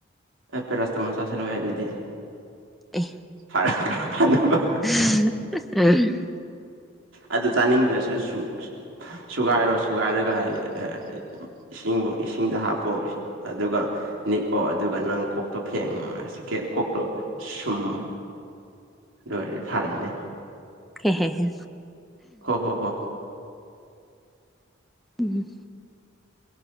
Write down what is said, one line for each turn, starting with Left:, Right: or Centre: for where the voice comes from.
Right: ꯍ‌ꯦ ꯄꯦꯔꯥꯁꯤꯇꯥꯃꯣꯜ ꯆꯥꯁꯤꯜꯂ‌ꯣꯍ‌ꯦ ꯑꯗꯨꯗꯤ
Centre: ꯑꯦ
Right: ꯑꯔꯥꯡ ꯈꯔ ꯐꯅꯕ
Centre: <unintelligible> ꯎꯝ
Right: ꯑꯗꯨ ꯆꯥꯅꯤꯡꯗ꯭ꯔꯁꯨ ꯁꯨ ꯁꯨꯒꯥꯏꯔꯣ ꯁꯨꯒꯥꯏꯔꯒ ꯑ ꯑ ꯏꯁꯤꯡꯕꯨ ꯏꯁꯤꯡꯗ ꯍꯥꯞꯄꯣ ꯑꯗꯨꯒ ꯅꯤꯛꯑꯣ ꯑꯗꯨꯒ ꯅꯪ ꯀꯣꯛꯇꯣ ꯐꯦꯡꯉ ꯍꯧꯖꯤꯛꯀꯤ ꯀꯣꯛꯇꯣ ꯁꯨꯝꯃ‌ꯣ ꯑꯗꯨ ꯑꯣꯏꯗꯤ ꯐꯥꯔꯅꯤ
Centre: ꯍꯦꯍꯦ ꯍꯦ
Right: ꯑꯣ ꯍꯣ ꯍꯣ꯫
Centre: ꯎꯝ